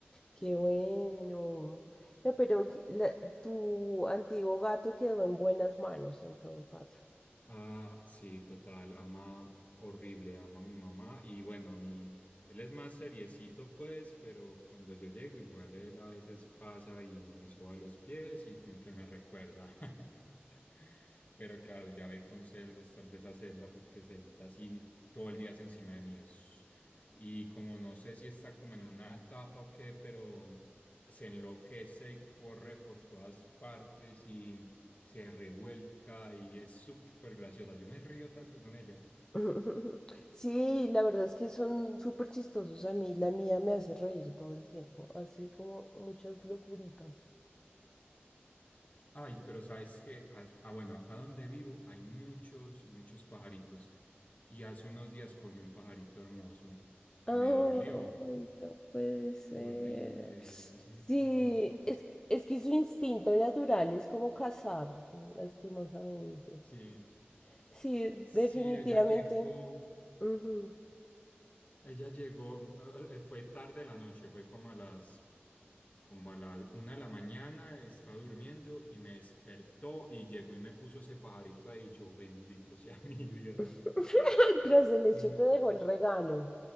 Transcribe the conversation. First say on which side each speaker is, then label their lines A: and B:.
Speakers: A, on the left; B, on the left.
A: Qué bueno. No, pero que la- tu antiguo gato quedó en buenas manos en todo caso.
B: Ah, sí, total, ama horrible, ama a mi mamá y bueno, a mí, él es más seriecito pues, pero cuando yo llego igual él a veces pasa y me suba a los pies y como que me recuerda. <laughs> Pero claro, ya ve con celos tal vez a Zelda porque Zelda sí todo el día es encima de mí es... y como no sé si está como en una etapa o qué, pero se enloquece y corre por todas partes y se revuelca y es súper graciosa. Yo me río tanto con ella.
A: <laughs> Sí, la verdad es que son súper chistosos a mí. La mía me hace reír todo el tiempo. Hace como muchas locuritas.
B: Ay, pero sabes que, ah, bueno, acá donde vivo hay muchos, muchos pajaritos. Y hace unos días cogí un pajarito hermoso.
A: Ay,
B: Me dolió.
A: no puede ser.
B: Horrible,
A: Sí,
B: hermoso.
A: es, es que su instinto natural es como cazar, lastimosamente.
B: Sí,
A: Sí,
B: sí,
A: definitivamente.
B: ella llegó.
A: ujú.
B: Ella llegó, eh, eh, fue tarde la noche, fue como a las, como a las una de la mañana, estaba durmiendo y me despertó y llegó y me puso ese pajarito ahí, yo bendito sea <laughs> mi Dios.
A: <laughs> Tras el hecho
B: Y,
A: te dejó el regalo,